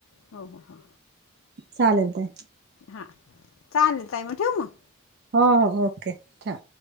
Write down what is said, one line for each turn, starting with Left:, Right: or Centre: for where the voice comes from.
Left: हो, हो, हो.
Right: चालेल ताई
Left: हा, चालेल ताई म ठेवू म
Right: हो हो, ओके ठेवा.